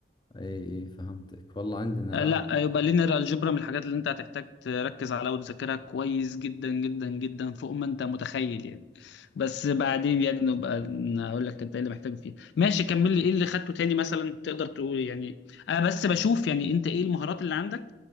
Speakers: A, on the left; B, on the left.
A: إي إي فهمتك والله عندنا
B: آه،
A: لا
B: لا يبقى لينير الجبرا من الحاجات اللي انت هتحتاج تركز عليها وتذاكرها كويس جدا جدا جدا فوق ما انت متخيل يعني بس بعدين يعني نبقى اقول لك انت ايه اللي محتاجه فيها ماشي كمل لي ايه اللي خدته تاني مثلا تقدر تقول يعني انا بس بشوف يعني انت ايه المهارات اللي عندك